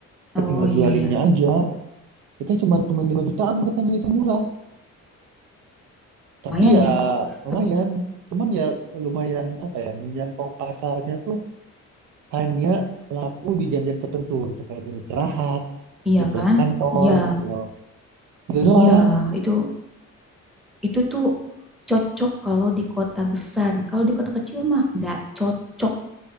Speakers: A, on the right; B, in the centre.
A: kita
B: Oh
A: tinggal
B: iya
A: jualinnya
B: ya,
A: aja kita cuma cuma 5 jutaan katanya itu murah tapi
B: lumayan
A: ya
B: ya.
A: lumayan
B: Tapi
A: cuman ya lumayan apa ya menjangkau pasarnya tuh hanya laku di jam-jam tertentu gitu kayak jam istirahat
B: iya
A: jam pulang
B: kan?
A: kantor
B: Iya,
A: gitu loh itu
B: iya.
A: doang
B: Itu itu tuh cocok kalau di kota besar. Kalau di kota kecil mah nggak cocok